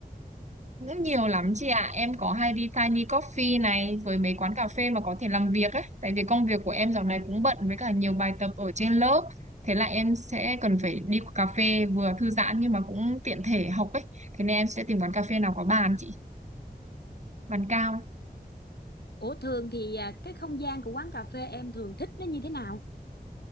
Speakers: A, on the right (about 45°); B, on the left (about 75°).
A: Cũng nhiều lắm chị ạ. Em có hay đi Tiny Coffee này với mấy quán cà phê mà có thể làm việc ấy. Tại vì công việc của em dạo này cũng bận với cả nhiều bài tập ở trên lớp. Thế là em sẽ cần phải đi cà phê vừa thư giãn nhưng mà cũng tiện thể học ấy. Thế nên em sẽ tìm quán cà phê nào có bàn chị, bàn cao.
B: Ủa thường thì à, cái không gian của quán cà phê em thường thích nó như thế nào?